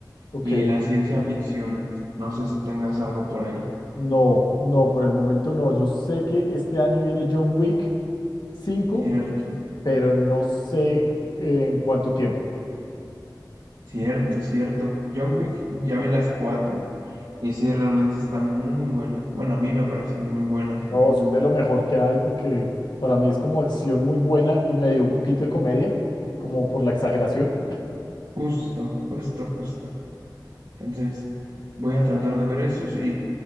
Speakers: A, on the left; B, on the right.
A: Ok,
B: y la ciencia ficción. No sé si tengas algo por ahí,
A: no, no, por el momento no. Yo sé que este año viene John Wick cinco,
B: ¿cierto?
A: pero no sé en cuánto tiempo.
B: Cierto, cierto. John Wick, ya vi las cuatro y sí, realmente están muy buenas. Bueno, a mí me parecieron muy buenas.
A: No,
B: Entonces,
A: es de lo mejor que hay porque para mí es como acción muy buena y medio un poquito de comedia, como por la exageración.
B: justo, justo, justo. Entonces, voy a tratar de ver esos. ¿Y